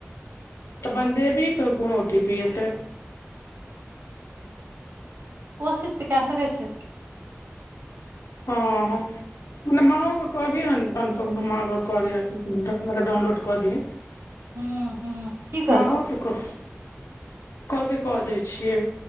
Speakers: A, on the left (about 80°); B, on the right (about 55°).
A: तऽ वन देवी के कोन ओ टि पी एतै
B: कोशिश तऽ कए सकै छि
A: हा नहि माँ ओऽ कोदियन अनूपम तऽ माँ डाउनलोड कऽ दिहन
B: हूँ हूँ की कहलकौ
A: हा हासुख <unintelligible> कहल कै क दै छियै